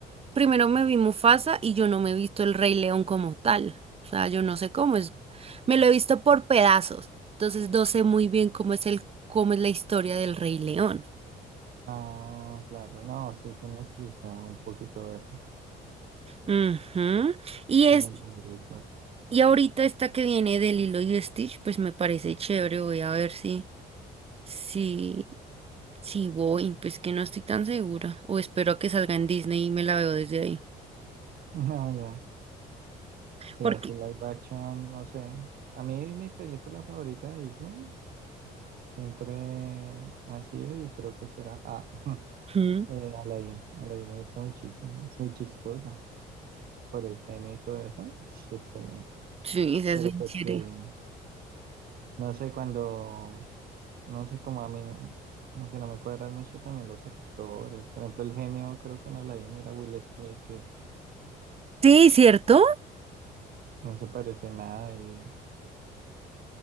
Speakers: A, on the right; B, on the right.
A: primero me vi Mufasa y yo no me he visto el Rey León como tal. O sea, yo no sé cómo es. Me lo he visto por pedazos. Entonces no sé muy bien cómo es el, cómo es la historia del Rey León.
B: Ah, claro, no, sí, se necesita un poquito de
A: Ujú. Y es
B: para entender la historia.
A: Y ahorita esta que viene de Lilo y Stitch, pues me parece chévere. Voy a ver si, si, si voy, pues que no estoy tan segura. O espero a que salga en Disney y me la veo desde ahí.
B: <laughs> Ah, ya. Sí,
A: Porque,
B: así live action, no sé. A mí mi película favorita de Disney siempre ha sido y creo que será ah, <laughs>
A: Ujú.
B: eh, Aladdin. Aladdin me gusta muchísimo, es muy chistosa por el genio y todo eso, es excelente.
A: sí, esa
B: Pero
A: es bien
B: pues
A: chévere.
B: que, no sé, cuando, no sé, como a mí, no- como que no me cuadran mucho también los actores. Por ejemplo, el genio creo que en Aladdin era Will Smith, que
A: Sí, ¿cierto?
B: no se parece en nada y,